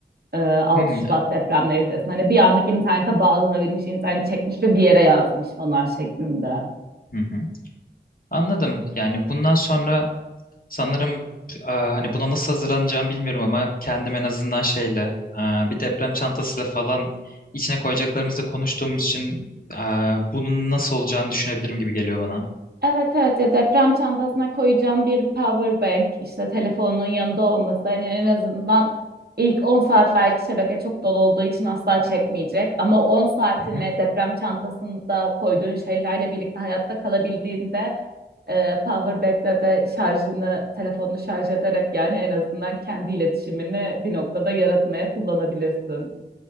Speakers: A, on the right; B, on the left.
A: e, 6
B: Hmm,
A: Şubat depremleri sırasında hani bir anlık internete bağlanabilmiş internet çekmiş ve bir yere yazmış falan şeklinde.
B: Hı hı. Anladım. Yani bundan sonra sanırım e, hani buna nasıl hazırlanacağımı bilmiyorum ama kendim en azından şeyle e, bir deprem çantasıyla falan içine koyacaklarımızda konuştuğumuz için e, bunun nasıl olacağını düşünebilirim gibi geliyor bana.
A: Evet evet ya deprem çantasına koyacağın bir power bank işte telefonun yanında olması hani en azından ilk 10 saat belki şebeke çok dolu olduğu için asla çekmeyecek ama on saatine
B: Hı hı.
A: deprem çantasında koyduğun şeylerle birlikte hayatta kalabildiğinde e, power bank'le de şarjını telefonunu şarj ederek yani en azından kendi iletişimini bir noktada yaratmaya kullanabilirsin.